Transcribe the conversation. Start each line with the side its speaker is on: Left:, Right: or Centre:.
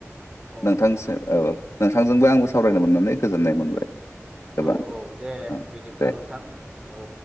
Right: औ
Left: नोंथां नोंथांजोंबो आंबो सावरायनो मोननानै गोजोननाय मोनबाय गोबां
Right: औ औ दे
Left: औ
Right: बिदिब्ला
Left: दे
Right: नोंथां औ।